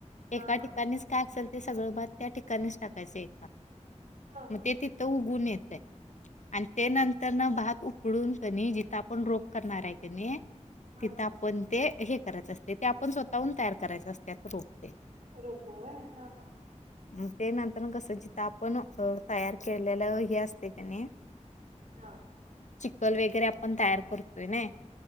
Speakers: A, on the left; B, on the right.
A: एका
B: हा
A: ठिकाणीच काय असल ते सगळं भात त्या ठिकाणीच टाकायचे.
B: हा
A: म
B: हा
A: ते तिथं उगून येतय आणि ते नंतरन भात उ पडून कनी जिथं आपण रोप करणार हाय कणी
B: हा
A: तिथं
B: हा
A: आपण ते हे करायचं असतय ते आपण स्वतःहून तयार करायच असत्यात. रोप ते
B: रोप वय हा हा
A: हू ते नंतरन कस जिथ आपण तयार केलेलं हे असते कणी
B: हा.
A: चिक्कल वेगैरे आपण तयार करतोय नई